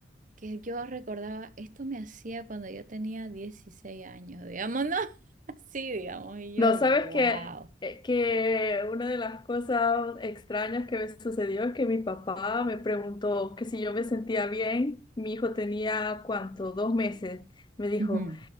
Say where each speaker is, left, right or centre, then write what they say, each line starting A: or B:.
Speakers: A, on the right (about 45°); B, on the left (about 25°).
A: que yo recordaba, esto me hacía cuando yo tenía 16 años, digamos, ¿no? <laughs> Así, digamos, y yo,
B: No,
A: wow.
B: sabes que, eh, que una de las cosas extrañas que me sucedió es que mi papá me preguntó que si yo me sentía bien. Mi hijo tenía, ¿cuánto? Dos meses. Me dijo,
A: Ujú.